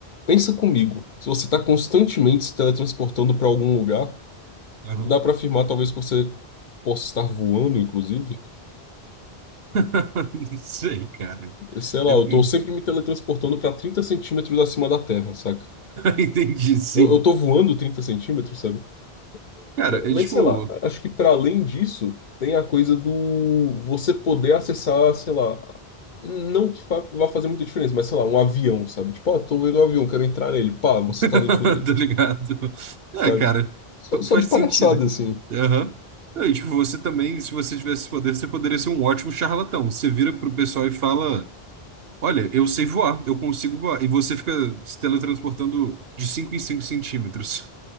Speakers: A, on the left; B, on the right.
A: pensa comigo, se você tá constantemente se teletransportando pra algum lugar,
B: aham.
A: dá pra afirmar, talvez você possa estar voando, inclusive.
B: <laughs> Não sei, cara.
A: Sei lá,
B: É- <laughs>
A: eu tô sempre me teletransportando pra 30 centímetros acima da Terra, saca?
B: entendi, sim.
A: Eu, eu tô voando 30 centímetros, sabe?
B: Cara,
A: Ma-
B: eu,
A: Mas,
B: tipo,
A: sei lá, acho que para além disso, tem a coisa do você poder acessar, sei lá, não que fa- vá fazer muita diferença, mas sei lá, um avião, sabe? Tipo, ah, tô vendo um avião, quero entrar nele. Pá, você
B: <laughs>
A: tá dentro dele,
B: tá ligado? É,
A: sabe?
B: cara,
A: Só,
B: fa-
A: só
B: faz
A: de
B: sentido.
A: palhaçada, assim.
B: Aham. É, e, tipo, você também, se você tivesse esse poder, você poderia ser um ótimo charlatão. Você vira pro pessoal e fala: Olha, eu sei voar, eu consigo voar. E você fica se teletransportando de 5 em 5 centímetros,